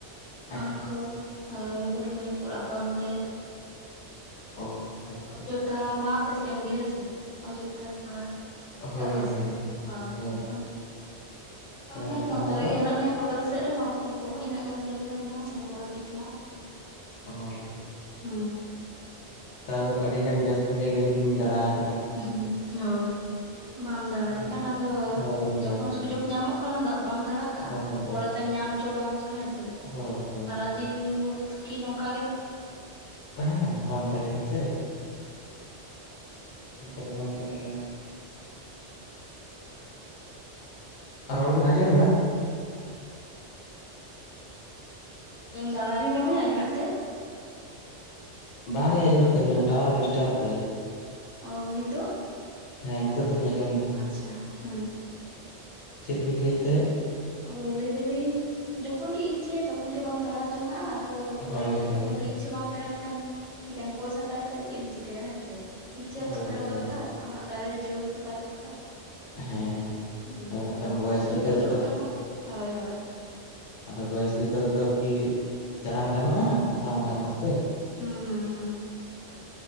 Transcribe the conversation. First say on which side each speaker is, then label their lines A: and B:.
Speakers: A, on the left; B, on the left.
A: ᱟᱪᱪᱷᱟ
B: ᱚᱱᱦᱟ
A: ᱟᱪᱪᱷᱟ
B: ᱠᱚ ᱦᱮ ᱢᱩᱠᱩᱴᱢᱩᱱᱤᱯᱩᱨ ᱟᱯᱮ ᱚᱱᱛᱮ
A: ᱚ ᱟᱪᱪᱷᱟ
B: ᱛᱟ ᱛᱯᱚᱨᱮ
A: ᱟᱪᱪᱷᱟ
B: ᱚᱡᱳᱫᱷᱟ
A: ᱟᱪᱪᱷᱟ
B: ᱢᱟᱯᱮ ᱥᱮ ᱜᱮ ᱥᱮ ᱚᱡᱳᱫᱷᱟ ᱯᱟᱦᱟᱲ
A: ᱦᱳᱭ
B: ᱚᱠᱟ
A: ᱦᱳᱭ
B: ᱥᱮᱱ
A: ᱦᱳᱭ
B: ᱚᱜ
A: ᱦᱳᱭ
B: ᱚᱱ
A: ᱟᱫᱚ
B: ᱚ ᱦᱮ
A: ᱱᱟᱜ ᱠᱷᱟᱱ
B: ᱱᱚᱛᱮ
A: ᱚᱱᱟ
B: ᱨᱮᱜᱮ
A: ᱫᱚ
B: ᱦᱮᱱᱟᱜ ᱞᱤᱧᱟ ᱠᱳᱞᱠᱟᱛᱟ ᱥᱮᱫ ᱨᱮ ᱱᱚᱛᱮ ᱠᱚᱦᱚᱸ ᱤᱱᱟᱹᱜ ᱜᱟᱱ ᱡᱟᱭᱜᱟ ᱦᱮᱱᱟᱜᱼᱟ ᱧᱮᱞ ᱵᱟᱲᱟ ᱦᱩᱭᱩᱠ ᱠᱟᱱᱟ᱾
A: ᱚ ᱟᱪᱪᱷᱟ᱾
B: ᱦᱩᱸ᱾
A: ᱛᱟᱣ ᱟᱹᱰᱤ ᱜᱟᱱ ᱡᱟᱹᱥᱛᱤ ᱡᱟᱭᱜᱟ ᱜᱮᱵᱤᱱ ᱫᱟᱬᱟ ᱠᱟᱫᱟ᱾
B: ᱦᱩᱸᱦᱩᱸ ᱦᱳᱭ ᱵᱟᱢ ᱫᱟᱲᱟᱭ
A: ᱦᱮᱸ
B: ᱠᱷᱟᱱ ᱟᱫᱚ
A: ᱦᱳᱭ
B: ᱡᱚᱠᱷᱚᱱ
A: ᱦᱳᱭ
B: ᱥᱩᱡᱳᱜ ᱧᱟᱢᱚᱜ ᱠᱟᱱᱟ ᱫᱟᱜ ᱵᱟᱢ ᱫᱟᱲᱟ ᱠᱟᱜᱼᱟ
A: ᱦᱳᱭ ᱦᱳᱭ
B: ᱯᱚᱨᱮ ᱛᱮᱢ ᱧᱟᱢ ᱪᱚ ᱵᱟᱝ ᱪᱚ ᱦᱮᱸᱥ
A: ᱦᱳᱭ ᱦᱳᱭ
B: ᱥᱟᱨᱟ ᱫᱤᱱ ᱵᱷᱳᱨᱛᱚᱠᱤ ᱱᱚᱝᱠᱟ ᱜᱮᱢ
A: ᱛᱟᱦᱮᱱᱟ ᱵᱟᱢ ᱛᱟᱦᱮᱱᱟ ᱥᱮ᱾ ᱤᱱᱠᱟᱹ ᱫᱚ ᱵᱟᱢᱛᱟᱦᱮᱱᱟ᱾ ᱟ ᱨᱚᱲ ᱵᱤᱱ ᱟᱸᱡᱚᱢ ᱫᱟ?
B: ᱮᱢ ᱫᱟᱲᱟ ᱟᱹᱵᱤᱱ ᱵᱟᱹᱵᱤᱱ ᱟᱸᱡᱚᱢᱮᱫ ᱛᱮ?
A: ᱵᱟᱞᱤᱧ ᱟᱸᱡᱚᱢᱮᱫ ᱛᱟᱵᱤᱱᱟ ᱴᱟᱭᱟᱨ ᱮᱚ ᱰᱤᱥᱴᱟᱵ ᱫᱟᱭ᱾
B: ᱚ ᱦᱤᱛᱳᱜ?
A: ᱦᱮᱸ ᱱᱤᱛᱚᱜ ᱫᱚᱞᱤᱧ ᱟᱸᱡᱚᱢᱫᱟ᱾
B: ᱟᱪᱪᱷᱟ ᱦᱩᱸ᱾
A: ᱪᱮᱫ ᱵᱤᱱ ᱞᱟᱹᱭᱮᱫ ᱛᱟᱦᱮᱸᱫ?
B: ᱚ ᱞᱟᱹᱭ ᱫᱟᱞᱤᱧ ᱡᱚᱠᱷᱚᱱ ᱜᱮ ᱤᱪᱪᱷᱟᱹᱭᱟ ᱛᱚᱠᱷᱚᱱ ᱜᱮ ᱵᱟᱢ ᱫᱟᱲᱟ ᱡᱚᱝᱼᱟ ᱟ᱾ ᱛᱚ
A: ᱦᱳᱭ
B: ᱯᱚᱨᱮᱛᱮ
A: ᱦᱳᱭ
B: ᱛᱚᱠᱷᱚᱱ ᱫᱚ ᱤᱪᱷᱟᱹ ᱵᱟᱝ ᱛᱟᱦᱮᱱ ᱠᱷᱟᱱ ᱪᱤᱠᱟᱹᱭᱟᱢ ᱯᱚᱭᱥᱟ ᱛᱟᱦᱮᱸ ᱠᱟᱛᱮ ᱪᱮᱫ ᱮᱢ ᱪᱤᱠᱟᱭᱭᱟ ᱦᱮᱸ ᱥᱮ᱾ ᱤᱪᱷᱟᱹ ᱦᱚᱸ
A: ᱦᱳᱭ
B: ᱛᱚ ᱛᱟᱦᱮᱸ ᱫᱚᱨᱠᱟᱨ
A: ᱦᱳᱭ
B: ᱟᱢᱟᱜ ᱫᱟᱲᱮ ᱡᱳᱨ ᱦᱚᱸᱛᱚ ᱛᱟᱦᱮᱸ ᱫᱚᱨᱠᱟᱨ᱾
A: ᱦᱮᱸ
B: ᱦᱩᱸ
A: ᱟᱫᱚ ᱱᱟᱜ ᱠᱷᱟᱱ
B: ᱡᱚᱠᱷᱚᱱ
A: ᱵᱚᱭᱮᱥ
B: ᱥᱩᱡᱳᱜᱽ
A: ᱵᱤᱫᱟᱹᱞ
B: ᱦᱤᱡᱩᱜ
A: ᱨᱮᱛᱚ
B: ᱠᱟᱱᱟ ᱦᱳᱭ ᱦᱳᱭ
A: ᱟᱫᱚ ᱵᱚᱭᱮᱥ ᱵᱤᱫᱟᱹᱞ ᱨᱮᱫᱚ ᱠᱤ ᱫᱟᱲᱟᱱ ᱜᱟᱱᱚᱜᱼᱟ? ᱵᱟᱝ ᱜᱟᱱᱚᱜᱼᱟ ᱥᱮ᱾
B: ᱦᱩᱸ ᱦᱩᱸ ᱦᱩᱸ᱾